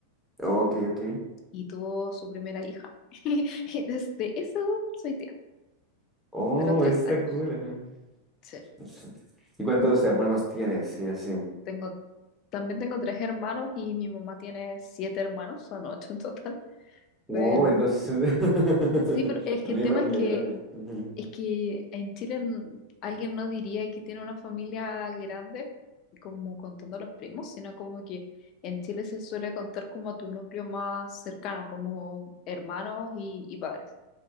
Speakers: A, in the centre; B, on the left.
A: Oh, Ok, ok.
B: y tuvo su primera hija. <laughs> Y desde esa edad soy tía,
A: Oh,
B: de los tres
A: eso está
B: años.
A: cool. ajá.
B: Sí,
A: Eso. ¿Y cuántos hermanos tienes? Y así.
B: tengo, también tengo tres hermanos y mi mamá tiene siete hermanos, son ocho en total.
A: Wow,
B: Pero
A: entonces <laughs>
B: sí, pero es
A: también
B: que el tema
A: familia
B: es que
A: grande. Ujú.
B: Es que en Chile n- alguien no diría que tiene una familia grande, como contando a los primos, sino como que en Chile se suele contar como a tu núcleo más cercano, como hermanos y, y padres.